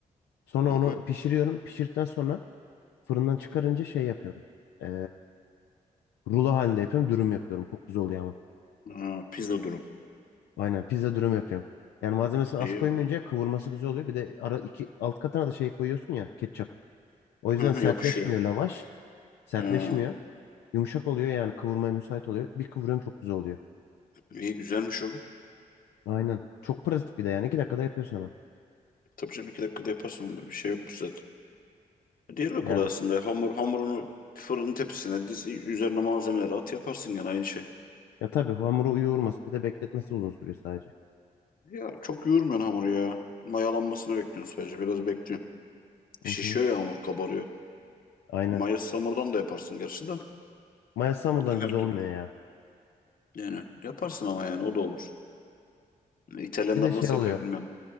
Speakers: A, on the left; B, on the left.
A: Sonra onu
B: Hı hı.
A: pişiriyorum. Pişirdikten sonra fırından çıkarınca şey yapıyorum. Ee, rulo halinde yapıyorum, dürüm yapıyorum. Çok güzel oluyor ama.
B: Ha, pizza durum.
A: Aynen pizza dürüm yapıyorum. Yani malzemesini
B: İyi.
A: az koymayınca kıvırması güzel oluyor. Bir de ara iki alt katına da şey koyuyorsun ya, ketçap. O yüzden
B: Hı hı,
A: sertleşmiyor
B: yapışıyor.
A: lavaş. Sertleşmiyor.
B: Ha,
A: Yumuşak oluyor yani kıvırmaya müsait oluyor. Bir kıvırıyorum çok güzel oluyor.
B: iyi güzelmiş o.
A: Aynen. Çok pratik bir de yani. iki dakikada yapıyorsun hemen.
B: Tabii canım iki dakikada yaparsın onda bir şey yokmuş zaten. Diğeri de
A: Yani
B: kolay aslında. Hamur, hamurunu fırının tepsisine diz, üzerine malzemeleri at yaparsın gene aynı şey.
A: ya tabii hamuru yoğurması bir de bekletmesi uzun sürüyor sadece.
B: Ya çok yoğurmuyorsun hamuru ya. Mayalanmasını bekliyorsun sadece biraz bekliyorsun. Şişiyor
A: Hı hı.
B: ya hamur kabarıyor.
A: Aynen.
B: Mayası hamurdan da yaparsın gerçi de.
A: Maya Samur'dan
B: Ya
A: güzel
B: Her türlü.
A: olmuyor ya.
B: Yani yaparsın ama yani o da olur. Yani İtalyanlar
A: Bir de şey
B: nasıl
A: oluyor.
B: yapıyor bilmem.